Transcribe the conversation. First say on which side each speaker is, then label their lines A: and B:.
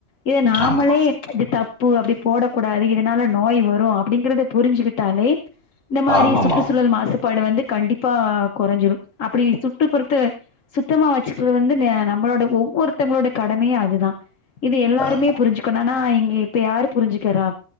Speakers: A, on the left; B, on the left.
A: இது நாமளே
B: ஆமா.
A: இது தப்பு பூ அப்படி போடக்கூடாது இதனால நோய் வரும் அப்படிங்கறத புரிஞ்சுகிட்டாலே இந்த மாதிரி
B: ஆமாமா.
A: சுற்றுச்சூழல் மாசுபாடு வந்து கண்டிப்பா கொறைஞ்சிடும் அப்படி சுட்டுப்புறத்த சுத்தமா வெச்சுக்கிறது வந்து நம்மளோட ஒவ்வொருத்தவங்களோட கடமையே அதுதான். இது எல்லாருமே
B: ஆமா. ஆமா ஆமா
A: புரிஞ்சுக்கனா ஆனா இங்க இப்ப யாரு புரிஞ்சுக்கறா